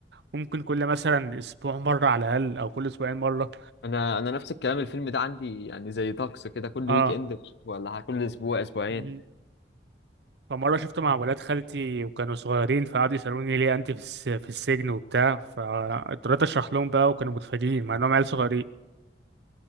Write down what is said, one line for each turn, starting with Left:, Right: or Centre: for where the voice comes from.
Right: ممكن كل مثلا اسبوع مره على الاقل او كل اسبوعين مره
Left: انا انا نفس الكلام الفيلم ده عندي يعني زي طقس كده كل
Right: اه
Left: ويك اند ولا كل اسبوع اسبوعين
Right: مم. فمره شفته مع ولاد خالتي وكانوا صغيرين فقعدوا يسالوني ليه انت في الس- في السجن وبتاع فاضطريت اشرح لهم بقى وكانوا متفاجئين مع انهم عيال صغيرين